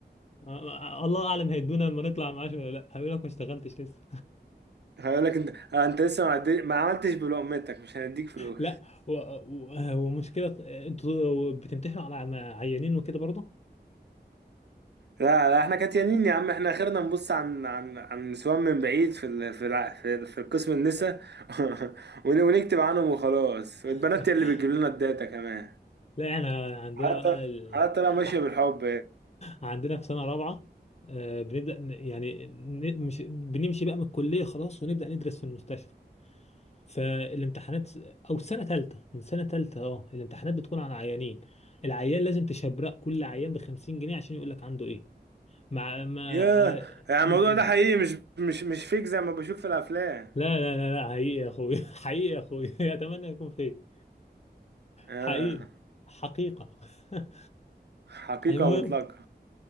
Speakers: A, on the left; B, on the right.
A: آه، آه، الله أعلم هيدونا لما نطلع معاش ولا لا هيقول لك ما اشتغلتش لسه
B: هيقول لك أنت أنت لسه ما عدي- ما عملتش بلقمتك مش هنديك فلوس
A: لا و- و- آه، ومشكلة انتوا بتمتحنوا على عيانين وكده برضه
B: لا لا احنا كاتيانين يا عم احنا اخرنا نبص عن عن عن نسوان من بعيد في ال... في الع... في, ال... في القسم النسا <laughs> ون... ونكتب عنهم وخلاص والبنات
A: <laughs>
B: هي اللي بتجيب لنا الداتا كمان
A: لا احنا عندنا
B: حتى
A: بقى ال...
B: حتى لو ماشيه
A: ع-
B: بالحب يعني.
A: عندنا في سنة رابعة آه، بنبدأ ن- يعني ن- مش بنمشي بقى من الكلية خلاص ونبدأ ندرس في المستشفى فالامتحانات أو سنة تالتة من سنة تالتة اه الامتحانات بتكون على عيانين العيان لازم تشبرق كل عيان بخمسين جنيه عشان يقول لك عنده ايه مع ما
B: ياه
A: آه،
B: يعني
A: م-
B: الموضوع
A: م-
B: ده حقيقي مش مش مش فيك زي ما بشوف في الافلام
A: لا لا لا لا حقيقي يا اخوي <laughs> حقيقي يا اخوي <laughs> اتمنى يكون فيك
B: آه.
A: حقيقي حقيقة <laughs>
B: حقيقه
A: المهم
B: مطلقه